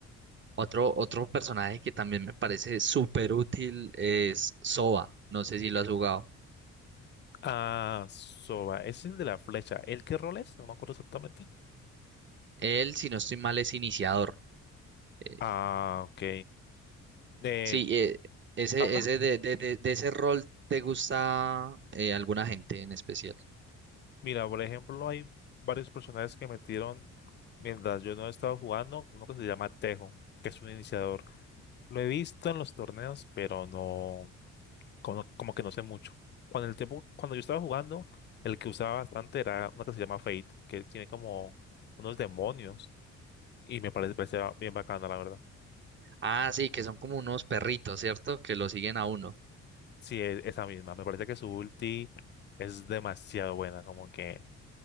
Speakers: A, on the right (about 40°); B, on the left (about 35°).
A: Otro, otro personaje que también me parece súper útil es Sova. No sé si lo has jugado.
B: Ah, Soba, ese es el de la flecha. ¿El qué rol es? No me acuerdo exactamente.
A: Él, si no estoy mal, es iniciador. Eh,
B: Ah, ok. Eh,
A: sí, eh, ese,
B: ¿habla?
A: ese de, de, de, de ese rol te gusta eh, alguna gente en especial.
B: Mira, por ejemplo, hay varios personajes que metieron mientras yo no estaba jugando, uno que se llama Tejo, que es un iniciador. Lo he visto en los torneos, pero no, como, como que no sé mucho. Cuando el tiempo, cuando yo estaba jugando, el que usaba bastante era uno que se llama Fate, que tiene como unos demonios, y me parece, parecía bien bacana, la verdad.
A: Ah, sí, que son como unos perritos, ¿cierto? Que lo siguen a uno.
B: Sí, e- esa misma. Me parece que su ulti es demasiado buena, como que